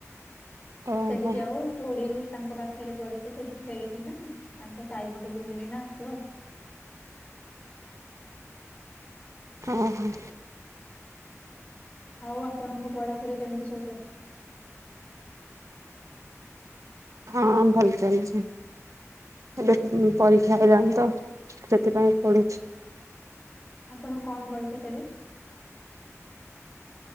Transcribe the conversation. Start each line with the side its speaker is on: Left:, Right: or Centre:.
Right: ଓହୋ
Left: ସେଠ ଯାଉ ପୁରି ତାଙ୍କ ପାଖରେ ପଡିଛ ସେଠି ଖେଳିକି ନା ତାଙ୍କ ସାହିପଟେ ବୁଲିକିନା ଆସିବ।
Right: ଓହୋ।
Left: ଆଉ ଆପଣଙ୍କ ପଢା ପଢି କେମିତି ସବୁ ଚାଲିଛି?
Right: ହଁ ଭଲ ଚାଲିଛି। ଏବେ କୁ ପରୀକ୍ଷା ଆଇଲାଣି ତ ସେଥିପାଇଁ ପଢୁଛି।
Left: ଆପଣ କଣ ପରୀକ୍ଷା ଦେବେ?